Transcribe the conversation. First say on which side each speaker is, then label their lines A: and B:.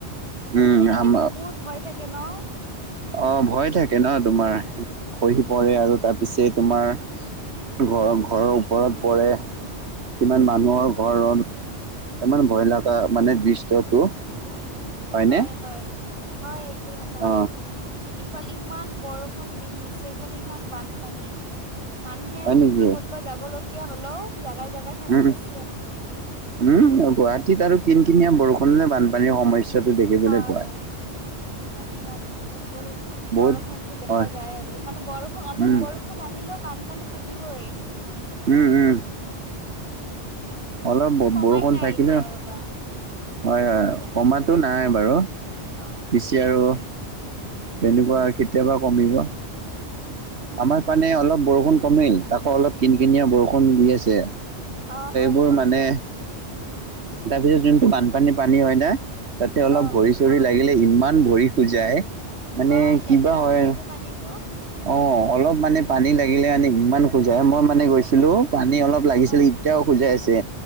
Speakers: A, on the right; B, on the right.
A: হয়।
B: উম
A: তেনেকে
B: আম
A: মানে বহুত ভয় থাকে ন?
B: অ' ভয় থাকে ন তোমাৰ খহি পৰে
A: অ
B: আৰু তাৰ পিছে তোমাৰ ঘ-ঘৰৰ ওপৰত পৰে, কিমান মানুহৰ
A: অ
B: ঘৰত ইমান ভয় লগা মানে দৃশ্যটো। হয়নে
A: হয়, হয়, হয় এইটো সঁচা
B: অ
A: কথা কৈছা। ইফালে ইমান বৰষুণ দি দিছে ইফালে ইমান বানপানী। মানুহে
B: হয় নেকি
A: ক'তবা যাব লগীয়া হ'লেও জাগাই জাগাই ফাঁচি
B: উম,
A: ফাঁচি আছে
B: উম গুৱাহাটীত
A: উম
B: আৰু কিনকিনীয়া বৰষুণ হ'লে বানপানীৰ সমস্যা দেখিবলৈ
A: হয়
B: পোৱায়।
A: মানে ইয়াত বহুত
B: বহুত
A: বৰষুণতো দেখা
B: হয়
A: যায় আৰু, মানে বৰষুণ অলপ
B: উম
A: বৰষুণ ষুণ আহিলেও বানপানী থাকিবই।
B: উম, উম। অলপ
A: কমাই
B: বৰষুণ
A: নাই
B: থাকিলে,
A: এতিয়াও ৰবা
B: হয় হয় কমো নাই বাৰু।
A: অ'।
B: পিচে আৰু তেনেকুৱা কেতিয়াবা কমিব,
A: উম
B: আমাৰ পানে অলপ বৰষুণ কমিল। অ' অলপ কিন কিনিয়া বৰষুণ দি আছে।
A: অ', অ'।
B: মোৰ
A: ইয়াতেও
B: মানে
A: অ
B: তাৰপিছত যোনটো বানপানী পানী হয় ন তাতে অলপ
A: অ
B: ভৰি ৰি লাগিলে ইমান ভৰি খোজায়, মানে
A: হয় লেতেৰা
B: কিবা হয়।
A: থাকে যে পানীটো
B: অ' অলপ মানে পানী লাগিলে মানে ইমান খজুৱাই, মই মানে গৈছিলো পানী অলপ লাগিছিল
A: হয়
B: এতিয়াও খোজাই আছে।